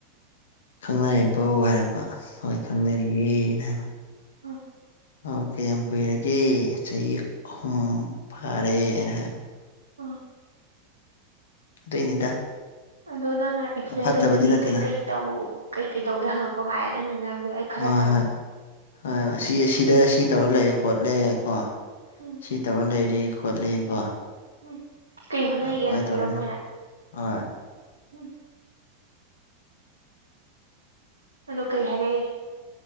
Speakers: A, on the left; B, on the right.
A: ꯈꯪꯅꯔꯤꯕꯣ ꯍꯥꯏꯔꯛꯄ ꯍꯣꯏ ꯈꯪꯅꯔꯤꯌꯦꯅ ꯍꯥꯏꯕ
B: ꯑ꯫
A: ꯑꯣ ꯀꯌꯥꯝ ꯀꯨꯏꯔꯒꯦ ꯆꯍꯤ ꯑꯍꯨꯝ ꯐꯥꯔꯦꯅ ꯍꯥꯏꯕ꯫
B: ꯑꯣ
A: ꯑꯗꯨꯏꯅꯤꯗ
B: ꯑꯗꯣ ꯅꯪꯅ ꯑꯦꯛꯁꯄ꯭ꯂꯦꯟ
A: ꯐꯠꯇꯕꯗꯤ
B: ꯇꯧꯏꯗꯨꯗꯤ
A: ꯅꯠꯇꯦꯗ
B: ꯀꯩꯀꯩ ꯇꯧ ꯀꯩꯀꯩ ꯇꯧꯒꯦ ꯍꯪꯉꯛꯄ ꯃꯥꯂꯦ ꯅꯪꯅ ꯉꯥꯡꯕꯗꯣ ꯑꯩ꯫ ꯈꯔ
A: ꯍꯣꯏ
B: ꯇꯥꯍꯧꯋꯤ
A: ꯍꯣꯏ ꯍꯣꯏ ꯍꯣꯏ ꯁꯤ ꯑꯁꯤꯗ ꯁꯤ ꯇꯧꯔ ꯂꯩ ꯈꯣꯠꯂꯦ ꯀꯣ
B: ꯎꯝ꯫
A: ꯁꯤ ꯇꯧꯔ ꯂꯩꯔꯤ ꯈꯣꯠꯂꯤ ꯀꯣ
B: ꯎꯝ꯫ ꯀꯩ ꯍꯣꯠꯅꯩꯒꯦ
A: ꯑꯗꯨꯃꯥꯏ
B: ꯍꯪꯉꯛꯏꯔꯣ
A: ꯇꯧꯔꯦ
B: ꯃꯣꯏꯅ
A: ꯍꯣꯏ
B: ꯎꯝ ꯑꯗꯣ ꯀꯩ ꯍꯥꯏꯔꯛꯑꯦ